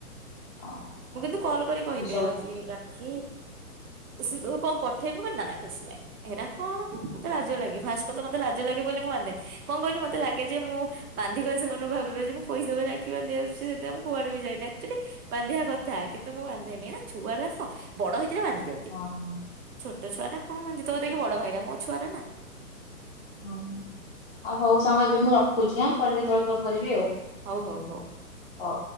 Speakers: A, on the left; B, on the right.
A: ହଁ
B: ମୁଁ
A: ହଁ
B: କିନ୍ତୁ କଲ କରି
A: ଏମିତି
B: କହିଦିଅ
A: ସବୁ
B: ଆଜି
A: ତ
B: ରାକ୍ଷୀ। ସେ କଣ ପଠେଇବୁ କ ନା କିଛି ନାାଇଁ ହେରା କଣ ଲ ରାଜ ଲାଗି ଫାଷ୍ଟ କଥା ମତେ ଲା ଲାଗେ ବୋଲି ମୁଁ ବାନ୍ଧେ କଣ କହିଲି ମତେ ଲାଗେ ଯେ ମୁଁ ବାନ୍ଧି କରେ ସେମାନଙ୍କୁ ଭାବିବେ ଯେ ମୁଁ ପଇସାବ ରାକ୍ଷୀ କୁଆଡେ ବି ଯାଇନିଚୁଲି ବାନ୍ଧିବା କଥା କିନ୍ତୁ ମୁଁ ବାନ୍ଧେନି ହେ ଛୁଆ ତ ବଡ। କେରେ ବାନ୍ଧି ଦିଅନ୍ତି,
A: ହଁ
B: ଛୋଟ ଛୁଆ ଟା କଣ ବାନ୍ଧିଦେବ ଦେଖ ବଡ ଭାଇଟ ମୋ ଛୁଆଟା ନା,
A: ହୁଁ ଆଉ ହଉ ସାଙ୍ଗ ଏବେ ମୁଁ ରଖ ରଖୁଚି ଆଁ ପରେ କେତବେଳେ ଫୋନ କରିବି ଆଉ,
B: ହଉ ହଉ ହଉ।
A: ହଉ।